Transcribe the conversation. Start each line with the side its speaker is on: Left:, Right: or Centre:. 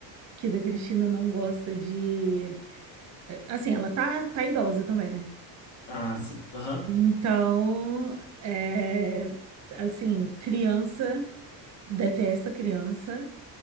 Right: Que da Cristina não gosta de. é, Assim, ela tá, tá idosa também, né?
Left: Ah, sim. Aham.
Right: Então, é, assim, criança detesta criança.